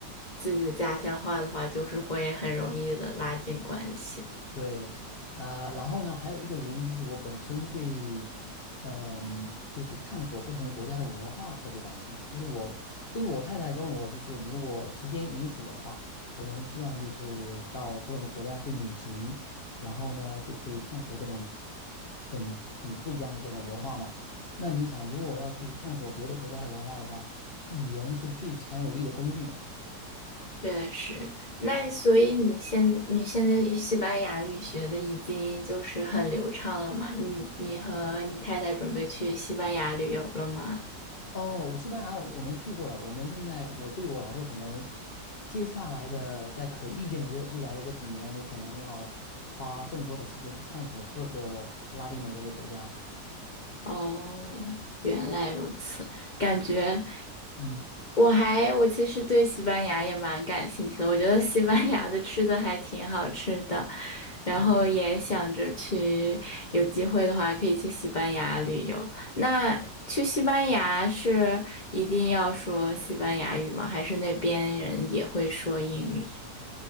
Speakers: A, on the left (about 75°); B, on the left (about 50°).
A: 自己家乡话的话，就是会很容易的拉近关系。
B: 对，呃，然后呢，还有一个原因就是我本身对，嗯、就是探索不同国家的文化特别感兴趣。就是我，就是我太太跟我，就是如果时间允许的话，我们希望就是到不同的国家去旅行，然后呢，就可以探索这种很很不一样的这种文化嘛。那你想，如果要去探索别的国家的文化的话，语言是最强有力的工具吧？
A: 确实，那所以你现你现在西班牙语学的已经就是很流畅了嘛？你你和你太太准备去西班牙旅游了吗？
B: 哦，西班牙我我们去过了。我们现在我对我来说，可能接下来的在可预见的这未来的这几年，我可能要花更多的时间去探索各个拉丁美洲的国家。
A: 哦，原来如此。
B: 对，
A: 感觉
B: 嗯
A: 我还我其实对西班牙也蛮感兴趣的，我觉得西班牙的吃的还挺好吃的，然后也想着去，
B: 嗯，
A: 有机会的话可以去西班牙旅游。那去西班牙是一定要说西班牙语吗？还是那边人也会说英语呀